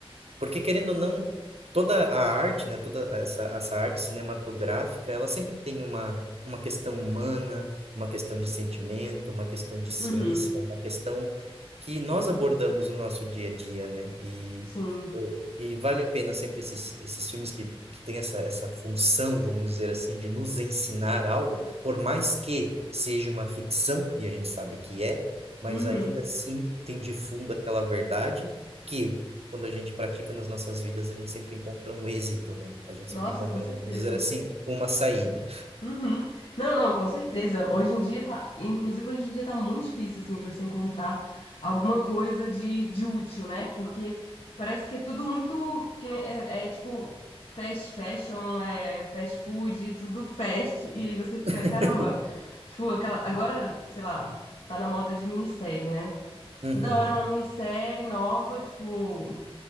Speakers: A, on the right; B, on the left.
A: porque, querendo ou não, toda a arte, né, toda essa, essa arte cinematográfica, ela sempre tem uma, uma questão humana, uma questão de sentimento, uma questão de ciência,
B: Uhum.
A: uma questão que nós abordamos no nosso dia a dia, né? E,
B: Sim.
A: eu, e vale a pena sempre esses, esses filmes que, que têm essa, essa função, vamos dizer assim, de nos ensinar algo, por mais que seja uma ficção, e a gente sabe que é, mas
B: Uhum.
A: ainda assim tem de fundo aquela verdade que quando a gente pratica nas nossas vidas, a gente sempre encontra um êxito, né? A gente sempre
B: Nossa,
A: encontra,
B: com certeza.
A: vamos dizer assim, uma saída.
B: Uhum. Não, não, com certeza. Hoje em dia tá, inclusive hoje em dia tá muito difícil assim de você encontrar alguma coisa de, de útil, né? Porque parece que é tudo muito que nem- é, é tipo fast fashion, é fast food, tudo fast e aí você fica,
A: <laughs>
B: caramba. Tipo, aquela agora, sei lá, tá na moda de minissérie, né?
A: Uhum,
B: Toda hora é uma minissérie nova, tipo,